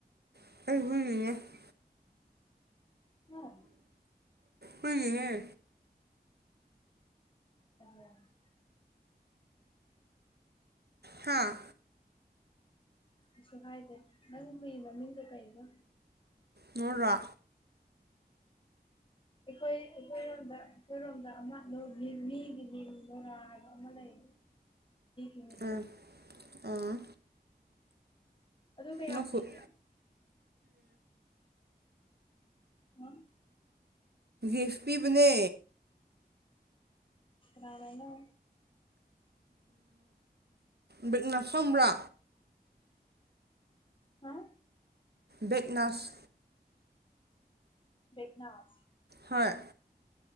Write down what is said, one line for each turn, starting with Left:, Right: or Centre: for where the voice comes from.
Right: <unintelligible>
Left: ꯎꯝ
Right: ꯀꯅꯦꯦ
Left: ꯎꯝ
Right: ꯍꯥꯥ
Left: ꯀꯩꯁꯨ ꯍꯥꯏꯗꯦ ꯅꯪ ꯍꯨꯏ ꯃ ꯃꯤꯡꯗꯣ ꯀꯩꯅꯣ
Right: ꯃꯦꯔ
Left: ꯑꯩꯈꯣꯏ ꯑꯩꯈꯣꯏꯔꯣꯝꯗ ꯑꯩꯈꯣꯏꯔꯣꯝꯗ ꯑꯃ ꯃꯤꯒꯤ ꯃꯤꯡ ꯣꯔꯥ ꯍꯥꯏꯕ ꯑꯃ ꯂꯩ ꯍ
Right: ꯑ ꯑꯥ
Left: ꯑꯗꯨ ꯀꯌꯥ
Right: ꯅꯨꯈꯨꯠ
Left: ꯄꯤꯒꯦ ꯎꯝ
Right: ꯦꯁꯄꯤꯕꯅꯦ
Left: ꯔꯅꯅ
Right: ꯕꯤꯒꯅꯁꯝ꯭ꯔꯥ
Left: ꯍꯥ
Right: ꯕꯦꯦꯛꯅꯥꯁ
Left: ꯦꯘꯅꯥꯁ
Right: ꯍꯣꯏ